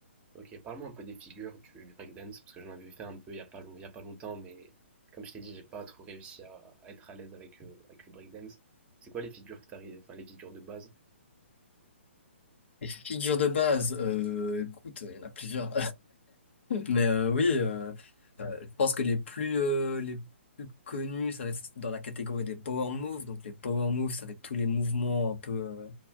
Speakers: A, on the right; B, on the left.
A: Ok, parle-moi un peu des figures du, du breakdance parce que j'en avais fait un peu il n'y a pas long- il y a pas longtemps, mais comme je t'ai dit, j'ai pas trop réussi à, à être à l'aise avec, euh, avec le breakdance. C'est quoi les figures que t'arrives, enfin les figures de base?
B: Les figures de base, euh, écoute, il y en a plusieurs. Mais euh, oui, euh, euh, je pense que les plus euh, les plus connus, ça va être dans la catégorie des power moves. Donc les power moves, ça va être tous les mouvements un peu euh,